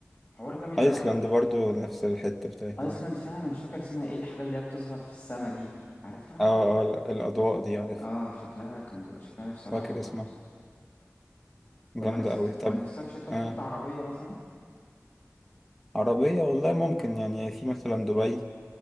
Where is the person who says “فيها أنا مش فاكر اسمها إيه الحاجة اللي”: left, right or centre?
Left